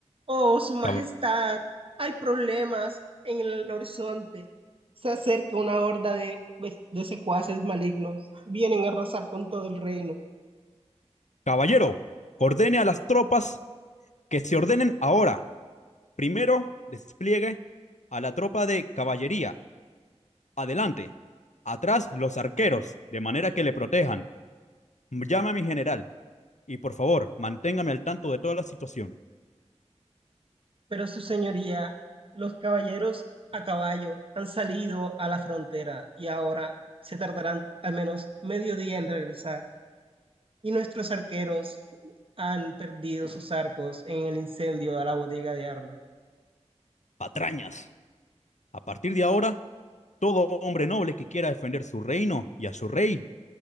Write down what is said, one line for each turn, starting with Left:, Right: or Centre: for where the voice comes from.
Right: Oh, Su Majestad,
Left: Cab-
Right: hay problemas en el horizonte. Se acerca una horda de, de secuaces malignos. Vienen a arrasar con todo el reino.
Left: Caballero, ordene a las tropas que se ordenen ahora. Primero, despliegue a la tropa de caballería. Adelante. Atrás, los arqueros, de manera que le protejan. Llame a mi general y por favor, manténgame al tanto de toda la situación.
Right: Pero su señoría, los caballeros a caballo han salido a la frontera y ahora se tardarán al menos medio día en regresar. Y nuestros arqueros han perdido sus arcos en el incendio de la bodega de armas.
Left: Patrañas. A partir de ahora, todo hombre noble que quiera defender su reino y a su rey,